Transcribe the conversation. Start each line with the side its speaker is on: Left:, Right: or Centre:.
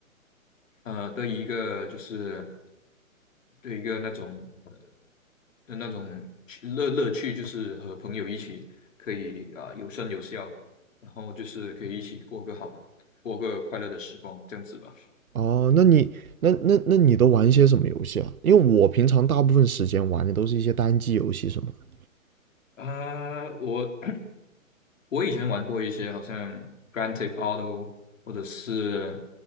Left: <clears throat> 呃的一个就是的一个那种呃的那种趣乐乐趣，就是和朋友一起可以啊、有声有笑，然后就是可以一起过个好过个快乐的时光，这样子吧。
Right: 哦，那你那那那你都玩一些什么游戏啊？因为我平常大部分时间玩的都是一些单机游戏什么的。
Left: 啊、我我以前玩过一些好像《Grand Theft Auto》或者是